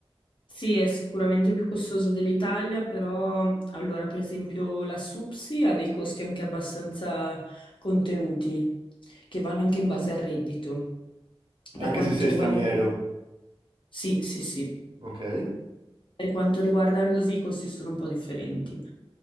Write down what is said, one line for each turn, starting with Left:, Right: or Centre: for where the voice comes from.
Left: Sì, è sicuramente più costoso dell'Italia, però allora per esempio la SUPSI ha dei costi anche abbastanza contenuti, che vanno anche in base al reddito. Per
Right: Anche
Left: quanto
Right: se sei
Left: riguarda...
Right: straniero,
Left: Sì, sì, sì.
Right: ok?
Left: Per quanto riguarda l'uso, i costi sono un po' differenti.